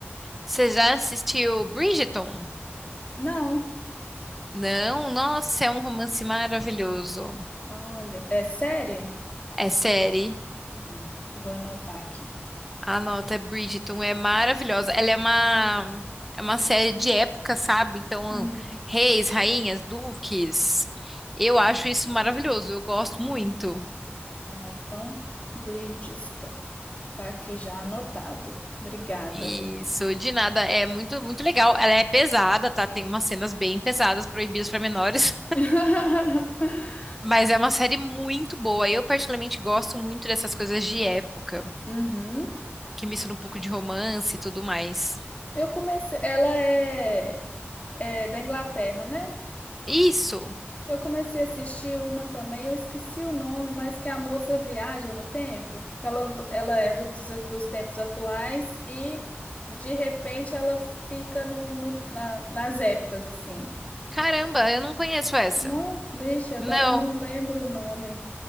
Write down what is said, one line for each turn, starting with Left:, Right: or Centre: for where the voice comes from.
Centre: Você já assistiu Bridgerton?
Left: Não.
Centre: Não? Nossa, é um romance maravilhoso.
Left: Olha, é série?
Centre: É série.
Left: Hum, vou anotar aqui.
Centre: Anota, Bridgerton é maravilhosa. Ela é uma, é uma série de época, sabe? Então,
Left: Hum,
Centre: reis, rainhas, duques. Eu acho isso maravilhoso. Eu gosto muito.
Left: ah, então, Bridgestone. Tá aqui já anotado. Obrigada.
Centre: Isso, de nada, é muito muito legal. Ela é pesada, tá? Tem umas cenas bem pesadas, proibidas para menores,
Left: <laughs>
Centre: <laughs> mas é uma série muito boa. Eu particularmente gosto muito dessas coisas de época,
Left: Uhum.
Centre: que mistura um pouco de romance e tudo mais.
Left: Eu comecei. Ela é, é da Inglaterra, né?
Centre: Isso.
Left: Eu comecei a assistir uma também, eu esqueci o nome, mas que é a moça viaja no tempo, que ela, ela é do- dos, dos tempos atuais e de repente ela fica no, no- na- nas épocas assim.
Centre: Caramba, eu não conheço essa.
Left: Não, bicho, agora
Centre: Não.
Left: eu não lembro o nome.